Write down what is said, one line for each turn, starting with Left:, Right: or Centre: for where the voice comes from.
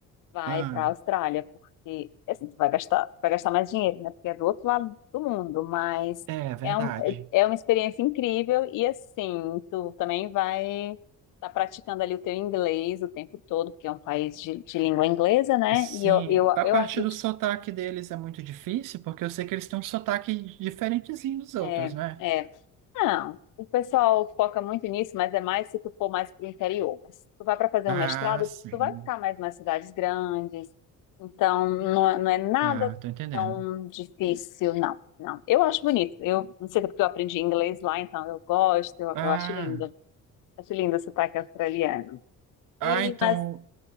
Left: vai
Right: Ah,
Left: para a Austrália, porque assim, tu vai gastar, vai gastar mais dinheiro, né? Porque é do outro lado do mundo, mas
Right: é verdade.
Left: é, um, é uma experiência incrível e assim, tu também vai estar praticando ali o teu inglês o tempo todo, porque é um país de, de língua inglesa, né?
Right: Sim,
Left: E eu, eu,
Right: a
Left: eu
Right: parte
Left: acredito.
Right: do sotaque deles é muito difícil, porque eu sei que eles têm um sotaque diferentezinho dos
Left: É,
Right: outros, né?
Left: é. Não, o pessoal foca muito nisso, mas é mais se tu for mais para o interior. Mas se tu vai para fazer
Right: Ah,
Left: um mestrado,
Right: sim.
Left: tu vai ficar mais nas cidades grandes. Então, não, é- não é nada
Right: Ah, tô entendendo.
Left: tão difícil, não. Não, eu acho bonito. Eu não sei se é porque eu aprendi inglês lá, então eu gosto, eu,
Right: Ah,
Left: eu acho lindo. Acho lindo o sotaque australiano.
Right: ah,
Left: E,
Right: então
Left: mas,